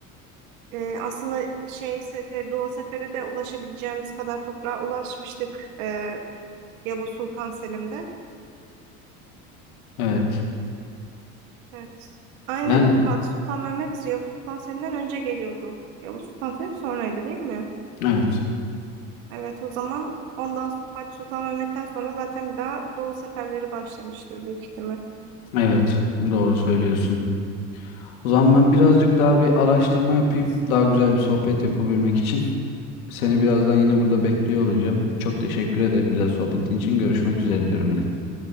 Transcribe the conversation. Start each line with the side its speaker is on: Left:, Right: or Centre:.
Right: Ee, aslında şey sefer, Doğu seferi de ulaşabileceğimiz kadar toprağa ulaşmıştık ee, Yavuz Sultan Selim'de.
Left: Evet.
Right: Evet. Aynen
Left: Yani
Right: Fatih Sultan Mehmet Yavuz Sultan Selim'den önce geliyordu. Yavuz Sultan Selim sonraydı değil mi?
Left: Evet.
Right: Evet o zaman ondan sonra Fatih Sultan Mehmet'ten sonra zaten bir daha Doğu seferleri başlamıştır büyük ihtimal.
Left: Evet. Doğru söylüyorsun. O zaman ben birazcık daha bir araştırma yapayım. Daha güzel bir sohbet yapabilmek için. Seni birazdan yine burada bekliyor olacağım. Çok teşekkür ederim güzel sohbetin için. Görüşmek üzere diyorum Elif.